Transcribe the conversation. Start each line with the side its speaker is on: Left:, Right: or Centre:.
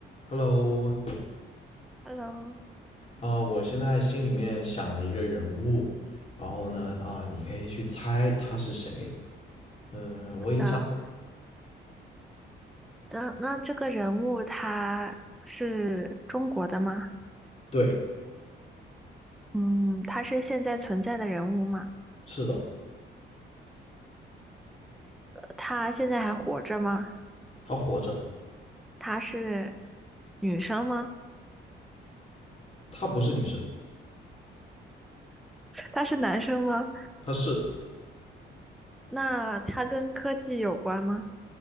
Left: Hello，
Centre: Hello，
Left: 呃，我现在心里面想了一个人物，然后呢，啊、你可以去猜他是谁。嗯，
Centre: 好的，
Left: 我已经想好了，
Centre: 那那这个人物他是中国的吗？
Left: 对，
Centre: 嗯，他是现在存在的人物吗？
Left: 是的，
Centre: 他现在还活着吗？
Left: 他活着，
Centre: 他是女生吗？
Left: 他不是女生，
Centre: 他是男生吗？
Left: 他是，
Centre: 那他跟科技有关吗？